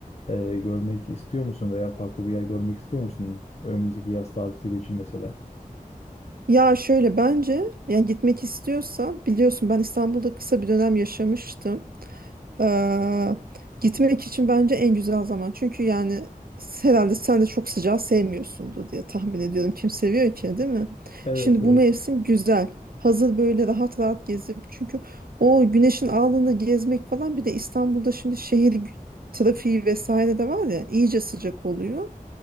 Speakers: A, on the left; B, on the right.
A: e, görmek istiyor musun veya farklı bir yer görmek istiyor musun? Önümüzdeki yaz tatili için mesela.
B: Ya şöyle bence yani gitmek istiyorsa biliyorsun ben İstanbul'da kısa bir dönem yaşamıştım. Ee, gitmek için bence en güzel zaman. Çünkü yani herhalde sen de çok sıcağı sevmiyorsundur diye tahmin ediyorum. Kim seviyor ki değil mi?
A: Evet
B: Şimdi
A: evet.
B: bu mevsim güzel. Hazır böyle rahat rahat gezip çünkü o güneşin alnını gezmek falan bir de İstanbul'da şimdi şehir gü- trafiği vesaire de var ya iyice sıcak oluyor.